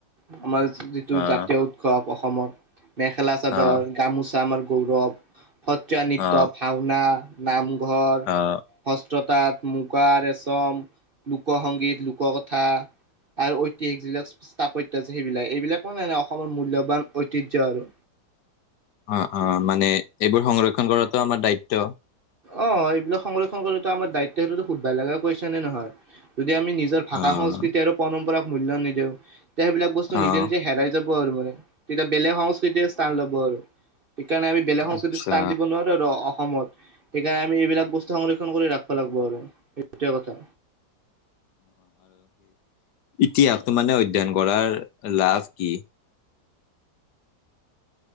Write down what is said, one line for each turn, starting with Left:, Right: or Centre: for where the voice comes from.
Right: আমাৰ যিটো
Left: অ',
Right: জাতীয় উৎসৱ অসমৰ, মেখেলা -চাদৰ,
Left: অ',
Right: গামোচা আমাৰ গৌৰৱ সত্ৰীয়া নৃত্য
Left: অ',
Right: ভাওঁনা নামঘৰ।
Left: অ',
Right: হস্ত্ৰ তাঁত মুগা ৰেচম লোকসংগীত লোককথা। আৰু ঐতিহাসিক যিবিলাক স্থাপত্য আছে সেইবিলাক এইবিলাক মানেে অসমৰ মূল্যবান ঐতিহ্য আৰু।
Left: অঁ অঁ মানে এইবোৰ সংৰক্ষণ কৰাটো আমাৰ দায়িত্ব।
Right: অঁ এইবিলাক সংৰক্ষণ কৰি আমাৰ দায়িত্ব সেইটোতো সুধ ভাল লগা কৈছে নে নহয়। আমি নিজৰ ভাষা
Left: অ',
Right: সংস্কৃতিক আৰু পৰম্পৰাক মূল্ নিদিওঁও সেইবিলাক বস্তু
Left: অ',
Right: নিজে নিজে হেৰা যাব। আৰু মানে তেতিয়া বেলেগ সংস্কৃতি স্থান ল'ব আৰু। সেইকাৰণে আমি বেলেগ সংস্কৃতিৰ
Left: আচ্ছা
Right: স্থান দিব নোৱাৰো ৰ অসমত। সেইকাৰণে আমি এইবিলাক বস্তু সংৰক্ষণ কৰি ৰাখিব লাগিব আৰু এইটোৱে কথা।
Left: তিহাস ত মমানে অধ্যয়ন কৰাৰ লাভ কি।